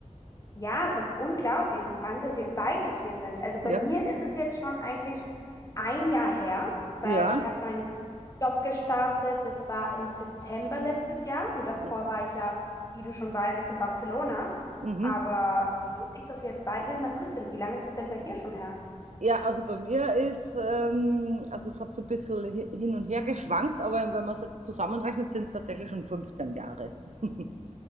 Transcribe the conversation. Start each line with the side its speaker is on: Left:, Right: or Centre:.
Left: Ja, es ist unglaublich und vor allem, dass wir beide hier sind. Also bei
Right: Ja.
Left: mir ist es jetzt schon eigentlich ein Jahr her, weil
Right: Ja.
Left: ich habe meinen Job gestartet. Das war im September letztes Jahr und davor
Right: Hm.
Left: war ich ja, wie du schon weißt, in Barcelona.
Right: Mhm.
Left: Aber wie lustig, dass wir jetzt beide in Madrid sind. Wie lange ist es denn bei dir schon her?
Right: Ja, also bei mir ist, ähm, also es hat so ein bisschen hi- hin und her geschwankt, aber wenn man es jetzt zusammenrechnet, sind es tatsächlich schon 15 Jahre. <laughs>